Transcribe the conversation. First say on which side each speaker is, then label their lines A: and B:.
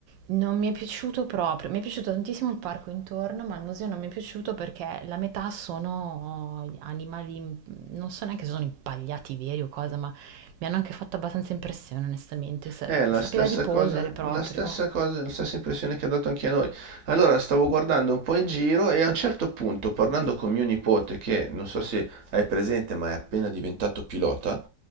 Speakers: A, on the right (about 90°); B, on the right (about 50°).
A: non mi è piaciuto proprio, mi è piaciuto tantissimo il parco intorno, ma il museo non mi è piaciuto perché la metà sono animali, mm, non so neanche se sono impagliati veri o cosa, ma mi hanno anche fatto abbastanza impressione, onestamente. Sa-
B: È la
A: Sapeva
B: stessa
A: di polvere
B: cosa,
A: proprio.
B: la stessa cosa, la stessa impressione che ha dato anche a noi. Allora stavo guardando un po' in giro e a un certo punto, parlando con mio nipote, che non so se hai presente, ma è appena diventato pilota,